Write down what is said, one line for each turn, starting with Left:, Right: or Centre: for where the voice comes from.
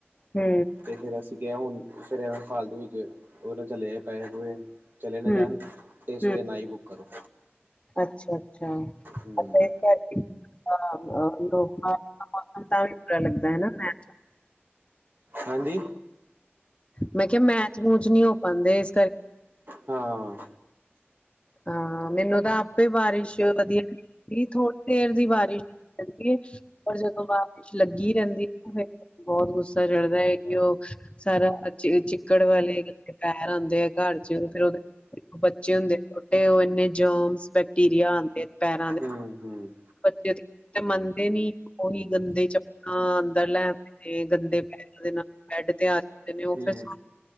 Left: ਹੂ।
Right: ਤੇ ਫਿਰ ਅਸੀਂ ਕਿਹਾ ਹੁਣ ਫਿਰ ਐਵੇਂ ਫਾਲਤੂ ਵਿੱਚ, ਉਹ ਚਲੇ ਨ ਜਾਨ ਪੈਸੇ ਪੁਸੇ ਓਹ ਚਲੇ ਨਾ
Left: ਹੂੰ
Right: ਜਾਣ। ਤੇ ਇਸ ਤੋਹ
Left: ਹੂੰ
Right: ਵਧੀਆ ਨਾ ਹੀ ਬੁੱਕ ਕਰੋ।
Left: ਅੱਛਾ- ਅੱਛਾ
Right: ਹਮ
Left: <unintelligible> <unintelligible>
Right: ਹਾਂਜੀ।
Left: ਮੈਂ ਕਿਹਾ ਮੈਚ- ਮੂਚ ਨਹੀਂ ਹੋ ਪਾਂਦੇ, ਇਸ ਕਰ
Right: ਹਾਂ।
Left: ਹਾਂ, ਮੈਨੂੰ ਤਾਂ ਆਪੇ ਬਾਰਿਸ਼ ਵਧੀਆ ਨੀ ਥੋੜੀ ਦੇਰ ਦੀ ਬਾਰਿਸ਼ ਪੈਂਦੀ ਏ ਪਰ ਜਦੋਂ ਬਾਰਿਸ਼ ਲੱਗੀ ਰਹਿੰਦੀ ਹੈ, ਬਹੁਤ ਗੁੱਸਾ ਚੜਦਾ ਹੈ ਕਿ ਉਹ ਸਾਰਾ ਅਚ-ਚਿੱਕੜ ਵਾਲੇ ਪੈਰ ਆਂਦੇ ਆ ਘੱਰ ਚ ਫਿਰ ਉਹਦੇ ਬੱਚੇ ਹੁੰਦੇ ਛੋਟੇ ਉਹ ਇੰਨੇ ਜਮਸ ਬੈਕਟੀਰੀਆ ਆਂਦੇ ਪੈਰਾਂ ਦੇ।
Right: ਹਮ ਹਮ
Left: ਬੱਚੇ ਤੇ ਮੰਨਦੇ ਨੀ, ਉਹੀ ਗੰਦੇ ਚੱਪਲਾਂ ਅੰਦਰ ਲੈ ਏ ਗੰਦੇ ਪੈਰ ਦੇ ਨਾਲ ਬੈਡ ਤੇ ਆ ਜਾਂਦੇ ਨੇ, ਉਹ
Right: ਹਮ
Left: ਫਿਰ